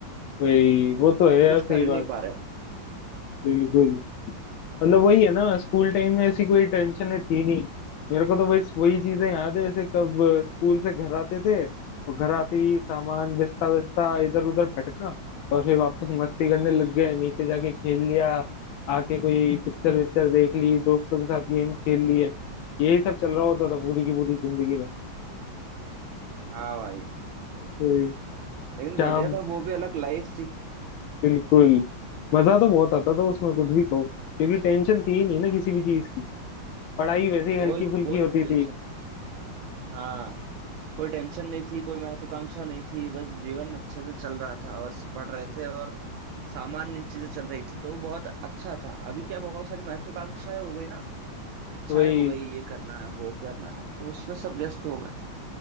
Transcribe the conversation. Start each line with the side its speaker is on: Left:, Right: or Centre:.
Left: वही वो तो है
Right: तो
Left: यार
Right: कुछ
Left: सही
Right: कर ही
Left: बात
Right: नहीं पा रहे
Left: बिल्कुल मतलब वही है ना स्कूल टाइम में ऐसी कोई टेंशन थी नहीं मेरे को तो वही वही चीजें याद है जैसे कब स्कूल से घर आते थे और घर आते ही सामान बिस्ता बिस्ता इधर उधर पटकना और फिर वापस मस्ती करने लग गए नीचे जाके खेल लिया आके कोई पिक्चर विक्चर देख ली दोस्तों के साथ गेम खेल लिए यही सब चल रहा होता था पूरी की पूरी जिंदगी में
Right: हाँ भाई वही तो।
Left: वही
Right: लेकिन
Left: शाम
Right: बढ़िया था वो भी अलग लाइफ थी
Left: बिल्कुल मजा तो बहुत आता था उसमें कुछ भी कहो क्योंकि टेंशन थी ही नहीं ना किसी भी चीज की पढ़ाई वैसे ही
Right: कोई
Left: हल्की फुल्की
Right: कोई
Left: होती
Right: टेंशन
Left: थी
Right: हाँ कोई टेंशन नहीं थी कोई महत्वाकांक्षा नहीं थी बस जीवन अच्छे से चल रहा था बस पढ़ रहे थे और सामान्य चीजें चल रही थी तो वो बहुत अच्छा था अभी क्या बहुत सारी महत्वाकांक्षाएं हो गई ना इच्छाएं
Left: वही
Right: हो गई ये करना है वो करना है तो उसमें सब व्यस्त हो गए